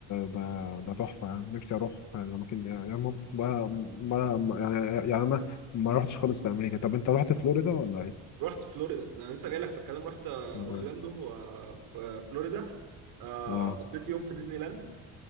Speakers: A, on the left; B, on the right.
A: ده ده تحفه يعني نفسي اروح اماكن يعني م- ما ما يعني يعني انا ما رحتش خالص لامريكا طب انت رحت فلوريدا ولا ايه؟
B: رحت فلوريدا ده انا لسه جاي لك في الكلام رحت آه،
A: ده-
B: اورلاندو آه، في آه، فلوريدا آه،
A: اه
B: قضيت يوم في ديزني لاند